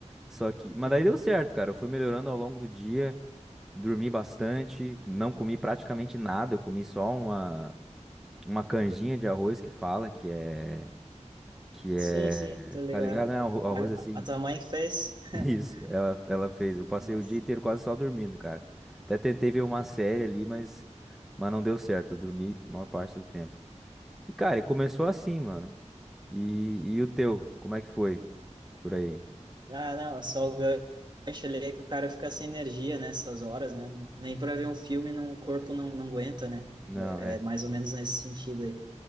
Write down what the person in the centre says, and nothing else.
Só que, mas
daí deu certo, cara. Eu fui melhorando ao longo do dia, dormi bastante, não comi praticamente nada. Eu comi só uma, uma canjinha de arroz que fala, que é que
é,
tá ligado, né? O arroz
assim.
<laughs>
Isso, ela, ela fez. Eu passei
o dia inteiro quase só dormindo, cara. Até tentei ver uma série ali, mas, mas não deu certo. Eu dormi a maior parte do tempo. E, cara, e começou assim, mano. E, e o teu, como é que foi por aí?
Não,
é.